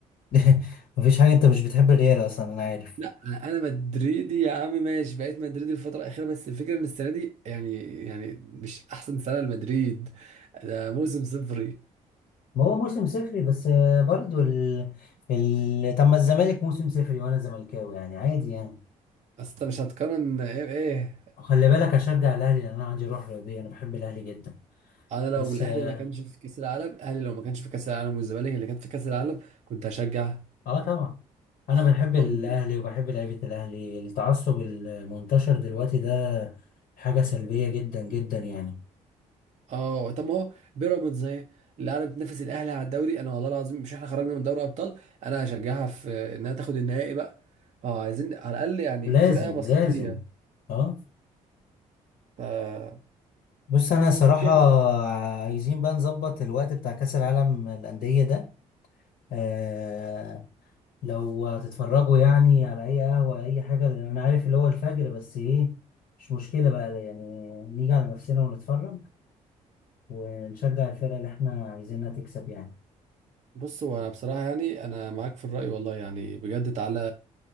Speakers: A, on the left; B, on the right.
A: <laughs> مفيش حاجة انت مش بتحب الريال اصلا انا عارف
B: <laughs> لا انا مدريدي يا عم ماشي بقيت مدريدي الفتره الاخيره بس الفكره ان السنه دي يعني يعني مش احسن سنه لمدريد ده موسم صفري
A: ما هو موسم صفري بس آه، برضو ال... ال... طب ما الزمالك موسم صفري وانا زملكاوي يعني عادي يعني
B: بس انت مش هتقارن ايه بايه
A: خلي بالك اشجع الاهلي لان انا عندي روح رياضية انا بحب الاهلي جدا
B: انا لو
A: بس
B: الاهلي
A: اه
B: ما كانش في كاس العالم الاهلي لو ما كانش في كاس العالم والزمالك اللي كانت في كاس العالم كنت هشجع
A: آه طبعا انا بحب الاهلي
B: أم-
A: وبحب لعيبة الاهلي التعصب المنتشر دلوقتي ده حاجة سلبية جدا جدا يعني
B: اه طب ما هو بيراميدز اهي اللي قاعده بتنافس الاهلي على الدوري انا والله العظيم مش احنا خرجنا من دوري ابطال انا هشجعها في انها تاخد النهائي بقى اه عايزين على الاقل يعني
A: لازم
B: فرقه مصريه
A: لازم اه
B: فالمفروض
A: بص انا صراحة
B: يعني
A: عايزين بقى نظبط الوقت بتاع كأس العالم للأندية ده آه لو هتتفرجوا يعني على اي قهوة اي حاجة لأن انا عارف اللي هو الفجر بس ايه مش مشكلة بقى يعني نيجي على نفسنا ونتفرج ونشجع الفرقة اللي احنا عايزينها تكسب يعني
B: بص هو أنا بصراحة يعني أنا معاك في الرأي والله يعني بجد تعالى